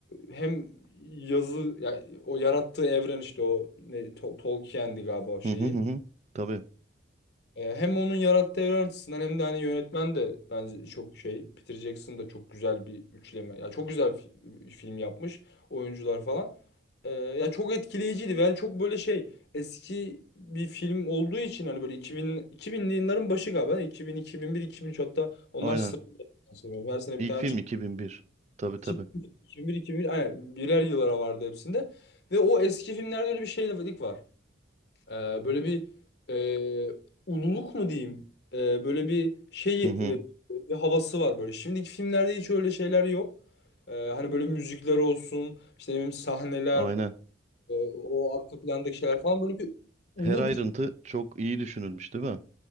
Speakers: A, on the left (about 60°); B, on the right (about 35°).
A: hem yazı ya, o yarattığı evren işte o ne, Tol- Tolkien'di galiba o şeyi
B: Hı hı hı. hı. Tabii.
A: e, hem onun yarattığı evren açısından hem de hani yönetmen de bence çok şey. Peter Jackson da çok güzel bir üçleme. Ya çok güzel fi- film yapmış. Oyuncular falan. E, ya çok etkileyiciydi. Yani çok böyle şey eski bir film olduğu için hani böyle 2000 2000'li yılların başı galiba. 2000, 2001, 2003 hatta onlar
B: Aynen.
A: sıralanan sanırım. Her sene
B: İlk
A: bir tane
B: film
A: çıktı.
B: 2001. Tabii tabii.
A: 2001, 2001 aynen birer yıllara vardı hepsinde. Ve o eski filmlerde öyle bir şeylik var. Ee, böyle bir e, ululuk mu diyeyim? Ee, böyle bir şey
B: Hı
A: e,
B: hı.
A: bir havası var böyle. Şimdiki filmlerde hiç öyle şeyler yok. Ee, hani böyle müzikler olsun, işte ne bileyim sahneler,
B: Aynen.
A: e, o arka plandaki şeyler falan böyle bir ulu
B: Her ayrıntı
A: bir
B: çok iyi düşünülmüş değil mi?